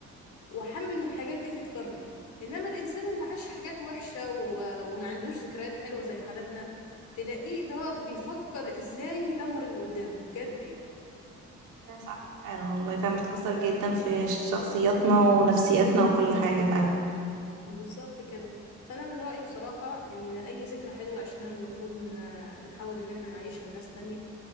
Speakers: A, on the left; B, on the right.
A: وحابب ان الحاجات دي تتكرر انما الانسان اللي عاش حاجات وحشة و... وما عندوش ذكريات حلوة زي حالتنا تلاقيه اللي هو بيفكر ازاي يدمر اللي قدامه بجد يعني
B: لا صح فعلا والله فعلا بتأثر جدا في شخصياتنا ونفسياتنا وكل حاجة فعلا
A: بالظبط كده فانا من رايي بصراحه ان اي ذكرى حلوه عشناها المفروض ان نحاول ان احنا نعيشها لناس تانية